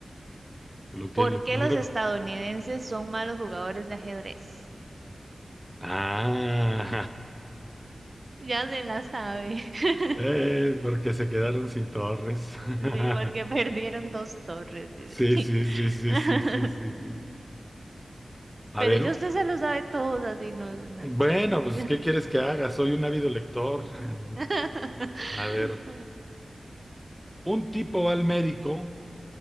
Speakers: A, in the centre; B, on the right.
A: Lo que,
B: ¿Por
A: lo primero.
B: qué los estadounidenses son malos jugadores de ajedrez?
A: Ah,
B: Ya se la sabe. <laughs>
A: <laughs> eh, porque se quedaron sin torres. <laughs>
B: Sí, porque perdieron dos torres. dice.
A: Sí, sí, sí, sí,
B: <laughs>
A: sí, sí, sí, sí. A
B: Pero
A: ver,
B: yo usted se lo sabe todo, así no, es- no hay
A: bueno,
B: chiste.
A: pues, ¿qué quieres que haga? Soy un ávido lector. <laughs>
B: <laughs>
A: A ver, un tipo va al médico